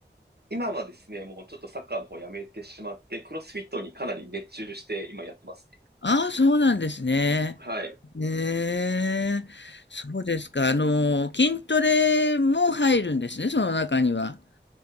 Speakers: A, on the right (about 60°); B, on the left (about 75°).
A: 今はですね、もうちょっとサッカーの方やめてしまって、クロスフィットにかなり熱中して、今やってますね。
B: ああ、そうなんですね。
A: はい。
B: ねえ、そうですか。あの、筋トレも入るんですね、その中には。